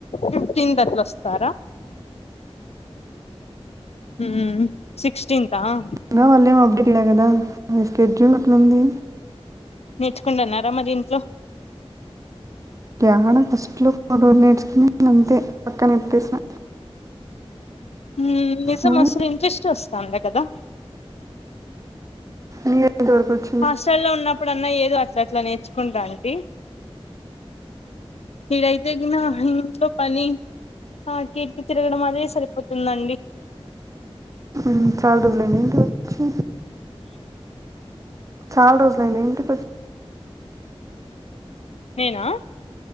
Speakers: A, on the left; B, on the right.
A: ఫిఫ్టీన్త అట్లోస్తారా హూ సిక్స్టీీన్తా ఆ
B: ఇంగ వాళ్లేం అప్డేట్ ఇయలే కదా స్కెడ్యూల్ అట్లాంది
A: నేర్చుకుంటున్నారా మరి ఇంట్లో
B: యాడ ఫస్ట్ లో ఒకరోజు నేర్చుకున్నానంతే పక్కనేట్టేసిన
A: హూ నిజం
B: నువ్వు
A: అసలు ఇంట్రెస్ట్ వస్తాలే కదా
B: <unintelligible> దొరకచ్
A: హాస్టల్ల్లో ఉన్నప్పుడన్నా ఏదు అట్లా అట్లా నేర్చుకుంటామ్టి ఈడైతే గిన ఇంట్లో పని <unintelligible> తిరగడం అదే సరిపోతుందండి
B: హూ చాల్ రోజులైన్దెంటి వచ్చి చాల్ రోజ్ లైంద ఇంటికొ
A: నేనా